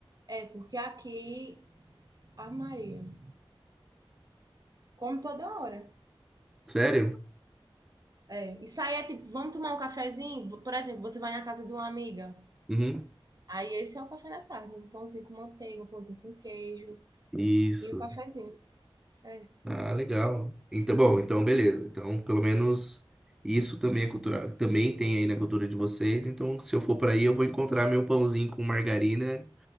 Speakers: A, on the right; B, in the centre.
A: É, porque aqui, a Maria, come toda hora.
B: Sério?
A: É, e sair é tipo, vamos tomar um cafezinho? Por exemplo, você vai na casa de uma amiga.
B: Uhum.
A: Aí esse é o café da tarde, um pãozinho com manteiga, um pãozinho com queijo
B: Isso.
A: e o cafezinho. É,
B: Ah, legal. Então, bom, então beleza. Então, pelo menos isso também é cultura, também tem aí na cultura de vocês. Então, se eu for para aí, eu vou encontrar meu pãozinho com margarina,